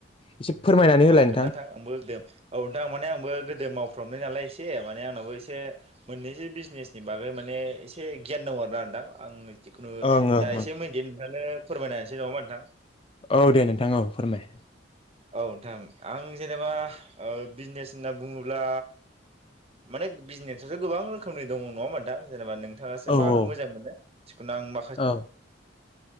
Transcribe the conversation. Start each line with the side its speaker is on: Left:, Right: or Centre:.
Left: एसे फोरमायनानै होलाय नोंथां
Right: खोन्थाथां आंबोद औ नोंथा माने आंबो गोदो माव फ्रामनाय नालाय एसे माने आंनावो एसे मोननैसो बिजनेसनि बागै माने एसे गियान दङ आरो ना नोंथां आं जिखुनु
Left: ओं ओं
Right: जा
Left: ओं
Right: एसे मदि नोंथांनो फोरमायनासै नङामा नोंथां
Left: औ दे नोंथां औ फोरमाय
Right: औ नोंथां आं जेनेबा बिजनेस होनना बुङोब्ला माने बिजनेसाथ गोबां रोखोमनि दङ नङाहोनबा नोंथां जेनेबा नों नोंथाङासो
Left: औ
Right: माखौ
Left: औ
Right: मोजां मोनो जिखुनु आं माखासे
Left: औ